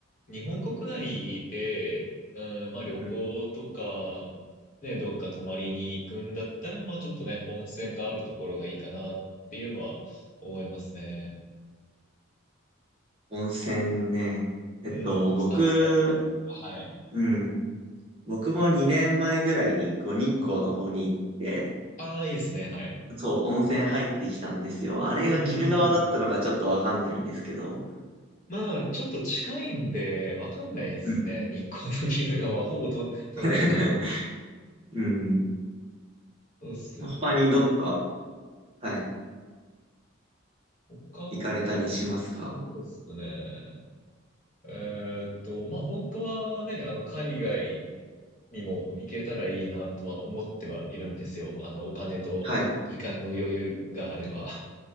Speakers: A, on the left; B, on the right.
A: 日本国内で、うん、まあ旅行とか、
B: うん。
A: ね、どっか泊まりに行くんだったら、まあちょっとね、温泉があるところがいいかなっていうのは思いますね。
B: 温泉ね。えっと、
A: うん、
B: 僕、
A: 草津だったりとか、はい。
B: うん。僕も2年前ぐらいに、こう、日光の方に行って、
A: ああ、いいですね、はい。
B: そう、温泉入ってきたんですよ。あれが鬼怒川だったのかちょっとわかんないんですけど。
A: うんうんうん。まあ、ちょっと近いんで、わかんないですね。
B: うん。
A: 日光と鬼怒川、ほぼと隣なので。
B: <laughs> うん。
A: そうっすよね。
B: 他にどっか、
A: な
B: はい、
A: 他、そ
B: 行かれたりしますか
A: うっすね。えーっと、まあ、本当はね、あの、海外にも行けたらいいなとは思ってはいるんですよ。あの、お金と時間の余裕があれば。
B: はい。
A: <laughs>